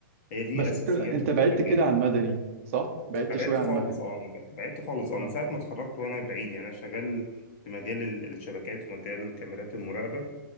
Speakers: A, on the left (about 35°); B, on the right (about 40°).
A: هي دي
B: بس
A: اساسيات
B: أنت أنت
A: الشبكات
B: بعدت كده عن مدني صح؟ بعدت
A: أنا
B: شوية
A: بعدت
B: عن
A: خالص
B: مدني
A: اه أنا بعدت خالص اه
B: اه
A: من ساعة ما اتخرجت وانا بعيد يعني انا شغال في مجال ال- الشبكات ومجال كاميرات المراقبة